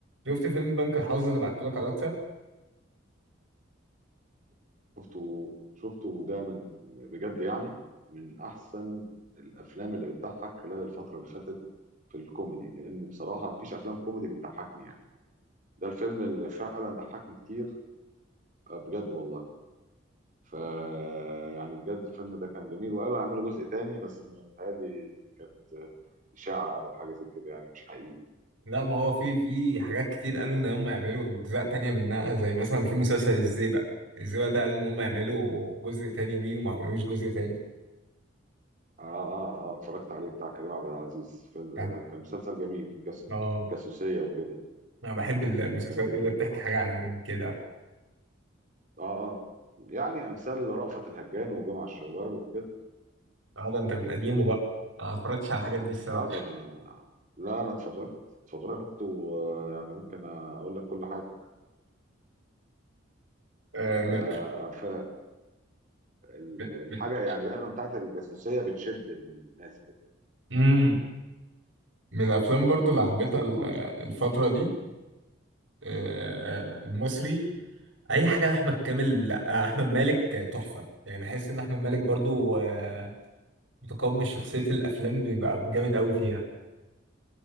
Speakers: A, on the right; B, on the right.
A: شفت فيلم بنك الحظ اللي بعتهولك على الواتساب
B: شفته شفته ده من بجد يعني من احسن الافلام اللي بتضحك خلال الفتره اللي فاتت في الكوميدي لان بصراحه مفيش افلام كوميدي بتضحكني يعني ده الفيلم اللي فعلا ضحكني كتير آه، بجد والله ف يعني بجد الفيلم ده كان جميل وقالوا هيعملوا جزء تاني بس متهيألي كانت اشاعه او حاجه زي كده يعني مش حقيقي
A: لا ما هو في في حاجات كتير قالوا ان هم يعملوا اجزاء تانية منها زي مثلا في مسلسل الزيبق الزيبق ده قالوا ان هم يعملوا جزء تاني ليه وما عملوش جزء تاني
B: اه اه اه اتفرجت عليه بتاع كريم عبد العزيز فيلم
A: يعني
B: آه، كان مسلسل جميل جس
A: اه
B: جاسوسيه وكده
A: انا بحب المسلسلات
B: آه، كان جميل
A: اللي هي
B: بصراحه
A: بتحكي حاجة عن كده
B: اه اه يعني امثال رأفت الهجان وجمع الشوال وكده
A: اه ده انت من قديمه بقى انا ما اتفرجتش على الحاجات دي الصراحة
B: اه ده انا لا انا اتفرجت اتفرجت ويعني ممكن اقول لك كل حاجه
A: آه من
B: ف... ف... ال-
A: من
B: الحاجه
A: من
B: يعني دايما بتاعت الجاسوسيه بتشد الناس كده
A: مم. من الافلام برضو اللي حبيتها
B: خاصه
A: ال- الفترة دي آه
B: مم.
A: المصري اي حاجه لاحمد كامل آه، احمد مالك آه، تحفه يعني بحس ان احمد مالك برضو آه، متقمص شخصيه الافلام بيبقى جامد قوي فيها